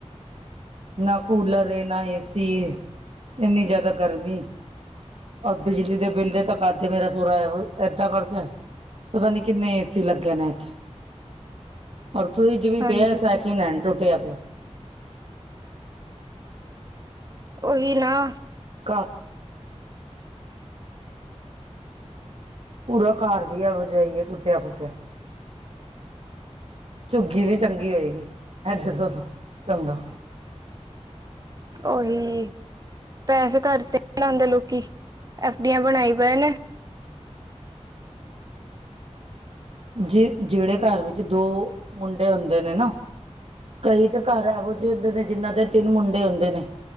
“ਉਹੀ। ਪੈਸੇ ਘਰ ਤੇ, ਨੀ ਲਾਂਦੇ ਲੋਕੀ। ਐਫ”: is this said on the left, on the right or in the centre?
Right